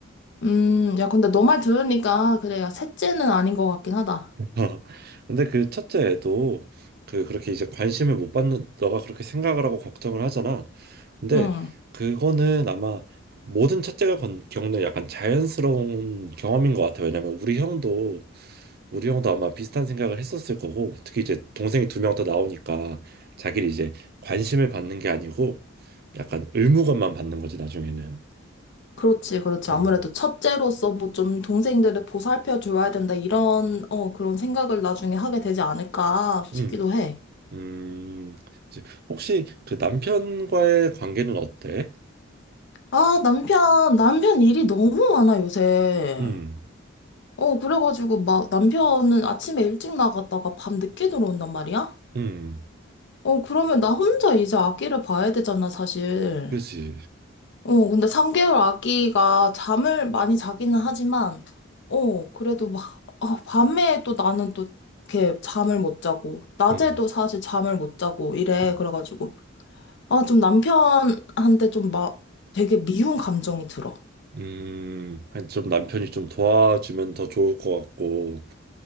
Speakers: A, on the left; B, on the right.
A: 음, 야, 근데 너 말 들으니까 그래, 야, 셋째는 아닌 것 같긴 하다.
B: <laughs> 근데 그 첫째 애도 그 그렇게 이제 관심을 못 받는 너가 그렇게 생각을 하고 걱정을 하잖아. 근데
A: 응,
B: 그거는 아마 모든 첫째가 건- 겪는 약간 자연스러운 경험인 것 같아. 왜냐면 우리 형도 우리 형도 아마 비슷한 생각을 했었을 거고, 특히 이제 동생이 두 명 더 나오니까 자기를 이제 관심을 받는 게 아니고 약간 의무감만 받는 거지, 나중에는.
A: 그렇지, 그렇지.
B: 음,
A: 아무래도 첫째로서 뭐 좀 동생들을 보살펴 줘야 된다 이런, 어, 그런 생각을 나중에 하게 되지 않을까
B: 음,
A: 싶기도 해.
B: 음. 이제 혹시 그 남편과의 관계는 어때?
A: 아, 남편, 남편 일이 너무 많아, 요새.
B: 음,
A: 어, 그래가지고 막 남편은 아침에 일찍 나갔다가 밤 늦게 들어온단 말이야?
B: 음,
A: 어, 그러면 나 혼자 이제 아기를 봐야 되잖아, 사실.
B: 그치.
A: 어, 근데 3개월 아기가 잠을 많이 자기는 하지만, 어, 그래도 막, 어, 밤에 또 나는 또 이렇게 잠을 못 자고, 낮에도
B: 음,
A: 사실 잠을 못 자고 이래.
B: 음,
A: 그래가지고, 아, 좀 남편한테 좀 막 되게 미운 감정이 들어.
B: 음. 아니, 좀 남편이 좀 도와주면 더 좋을 것 같고.